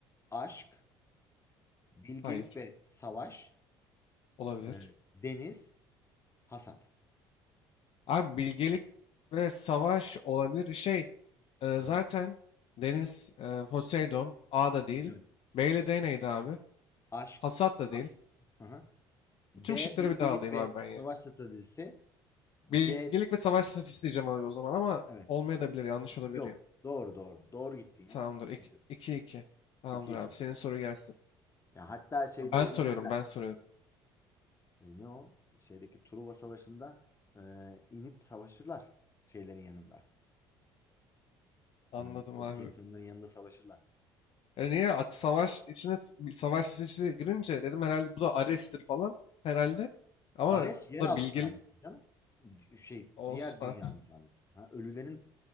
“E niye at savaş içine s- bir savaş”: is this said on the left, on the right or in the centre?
Left